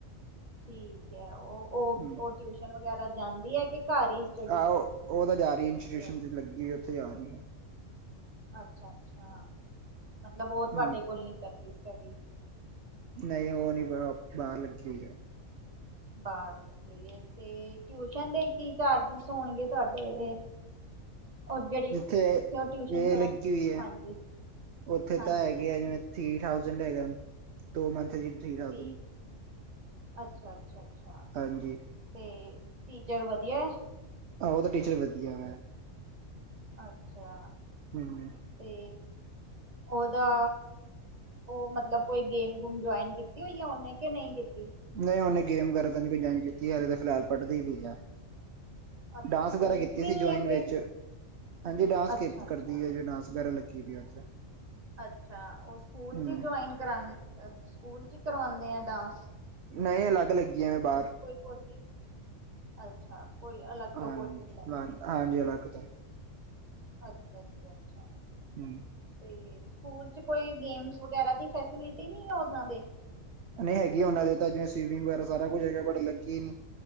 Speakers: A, on the right; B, on the right.
A: ਠੀਕ ਹੈ, ਉਹ ਉਹ
B: ਹਮ-
A: ਉਹ ਟਿਊਸ਼ਨ ਵਗੈਰਾ ਜਾਂਦੀ ਹੈ ਕਿ ਘਰ ਹੀ ਸਟੱਡੀ
B: ਆਹ ਉਹ ਤਾਂ ਜਾ ਰਹੀ ਇੰਸਟੀਟਿਊਸ਼ਨ
A: ਕਰਦੀ ਹੈ?
B: ਤੇ ਲੱਗੀ ਹੋ ਉੱਥੇ ਜਾ ਰਹੀ ਆ।
A: ਅੱਛਾ ਅੱਛਾ, ਮਤਲਬ ਉਹ ਤੁਹਾਡੇ
B: ਹਮ
A: ਕੋਲ ਨੀ ਕਰਦੀ ਸਟੱਡੀ
B: ਨਹੀਂ ਉਹ ਨਹੀਂ, ਬਾਹਰ ਲੱਗੀ ਹੋਈ ਹੈ।
A: ਬਾਹਰ ਲੱਗ ਗਈਏ। ਤੇ ਟਿਊਸ਼ਨ ਦੇ ਕੀ ਚਾਰਜਿਸ ਹੋਣਗੇ ਤੁਹਾਡੇ? ਉਹ ਜਿਹੜੀ
B: ਜਿੱਥੇ ਇਹ
A: ਉਹ ਟਿਊਸ਼ਨ ਪੜ੍ਹਨ
B: ਲੱਗੀ ਹੋਈ ਹੈ
A: ਹਾਂਜੀ
B: ਉੱਥੇ
A: ਹਾਂਜੀ
B: ਤਾਂ ਹੈਗੇ ਆ ਜਿਵੇਂ ਥ੍ਰਰੀ ਥਾਊਜੈਂਡ ਹੈਗਾ ਦੋ ਮੰਥਲੀ ਥਰੀ ਥਾਊਜੈਂਡ
A: ਠੀਕ ਅੱਛਾ ਅੱਛਾ ਅੱਛਾ,
B: ਹਾਂਜੀ
A: ਤੇ ਟੀਚਰ ਵਧੀਆ ਹੈ?
B: ਆਹੋ ਉਹ ਤਾਂ ਟੀਚਰ ਵਧੀਆ ਵੇ।
A: ਅੱਛਾ।
B: ਹਮ।
A: ਤੇ ਉਹਦਾ ਉਹ ਮਤਲਬ ਕੋਈ ਗੇਮ ਗੂਮ ਜੁਆਇਨ ਕੀਤੀ ਹੋਈ ਆ ਉਹਨੇ ਕਿ ਨਹੀਂ ਕੀਤੀ?
B: ਨਹੀਂ ਉਹਨੇ ਗੇਮ ਵਗੈਰਾ ਤਾਂ ਨਹੀਂ ਕੋਈ ਜੁਆਇਨ ਕੀਤੀ, ਹਰੇ ਤਾਂ ਫਿਲਹ ਪੜ੍ਹਦੀ ਵੀ ਹੈ।
A: ਅੱਛਾ
B: ਡਾਂਸ
A: ਸਕੂਲ
B: ਵਗੈਰਾ ਕੀਤੀ
A: ਚ ਵੀ
B: ਸੀ
A: ਨੀ
B: ਜੁਆਇਨ
A: ਹੈ ਕੋਈ
B: ਵਿੱਚ ਹਾਂਜੀ ਡਾਂਸ
A: ਅੱਛਾ ਅੱਛਾ
B: ਕਰਦੀ ਹੈ ਜਿਵੇਂ ਡਾਂਸ ਵਗੈਰਾ ਲੱਗੀ ਪਈ ਆ ਉੱਥੇ
A: ਅੱਛਾ, ਉਹ ਸਕੂਲ
B: ਹਮ
A: ਚ ਜੁਆਇੰਨ ਸਕੂਲ ਚ ਕਰਵਾਉਦੇ ਆ ਡਾਂਸ?
B: ਨਹੀਂ, ਅਲੱਗ ਲੱਗੀ ਆ ਮੈਂ ਬਾਹਰ
A: <unintelligible> ਹ ਅੱਛਾ। ਤੋਂ
B: ਹਾਂਜੀ
A: ਕੋਚਿੰਗ ਲੈਂਦੀ ਹੈ
B: ਹਾਂਜੀ, ਅਲੱਗ
A: ਅੱਛਾ ਜੀ ਅੱਛਾ।
B: ਹਮ।
A: ਤੇ ਸਕੂਲ ਚ ਕੋਈ ਗੇਮਸ ਵਗੈਰਾ ਦੀ ਫੈਸਿਲਿਟੀ ਨਹੀਂ ਆ ਉਹਨਾਂ ਦੇ?
B: ਨਹੀਂ ਹੈਗੀ ਉਹਨਾਂ ਦੇ ਤਾਂ, ਜਿਵੇਂ ਸਵੀਮਿੰਗ ਵਗੈਰਾ ਸਾਰਾ ਕੁੱਝ ਹੈਗਾ ਬਟ ਲੱਗੀ ਹੀ ਨੀ।